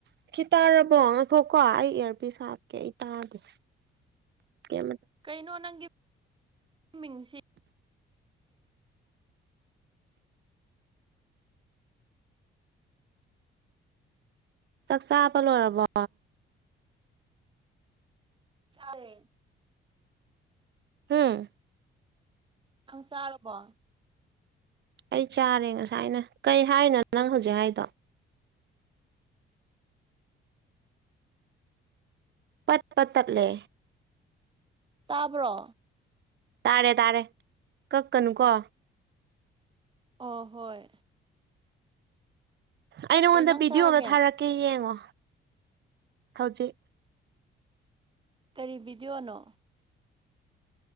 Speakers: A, on the right (about 60°); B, on the right (about 25°).
A: ꯁꯤꯈꯤ ꯇꯥꯔꯕꯣ ꯉꯩꯈꯣꯀꯣ ꯑꯩ ꯏꯌꯥꯔꯄꯤꯁ ꯍꯥꯞꯀꯦ ꯑꯩ ꯇꯥꯒꯦ ꯀꯃ
B: ꯀꯩꯅꯣ ꯅꯪꯒꯤ ꯃꯤꯡꯁꯤ
A: ꯆꯥꯛ ꯆꯥꯕ ꯂꯣꯏꯔꯕꯣ
B: ꯆꯔꯦ
A: ꯍꯝ
B: ꯑꯪ ꯆꯥꯔꯕꯣ
A: ꯑꯩ ꯆꯥꯔꯦ ꯉꯁꯥꯏꯅ ꯀꯩ ꯍꯥꯏꯔꯤꯅꯣꯣ ꯅꯪ ꯍꯧꯖꯤꯛ ꯍꯥꯏꯗꯣ ꯄꯠ ꯄ ꯇꯠꯂꯦ
B: ꯇꯥꯕ꯭ꯔꯣ
A: ꯇꯥꯔꯦ ꯇꯥꯔꯦ ꯀꯛꯀꯅꯨ ꯀꯣ
B: ꯑ ꯍꯣꯏ
A: ꯑꯩ ꯅꯉꯣꯟꯗ
B: ꯀꯩ ꯏꯟꯖꯥꯡ
A: ꯚꯤꯗꯤꯑꯣ
B: ꯆꯥꯔꯒꯦ
A: ꯑꯃ ꯊꯥꯔꯛꯀꯦ ꯌꯦꯡꯉꯣ ꯍꯧꯖꯤꯛ
B: ꯀꯔꯤ ꯕꯤꯗꯤꯑꯣꯅꯣ